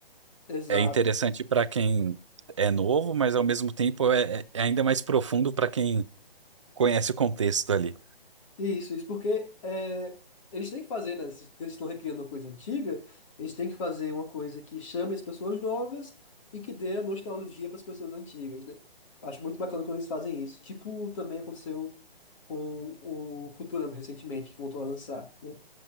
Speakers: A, on the left; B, on the right.
A: Exato.
B: É interessante para quem é novo, mas ao mesmo tempo é, é ainda mais profundo para quem conhece o contexto ali.
A: Isso, isso, porque é, eles têm que fazer, né? Se eles estão recriando uma coisa antiga, eles têm que fazer uma coisa que chame as pessoas novas e que dê a nostalgia para as pessoas antigas, né? Acho muito bacana quando eles fazem isso. Tipo, também aconteceu com o Futurama recentemente, que voltou a lançar, né?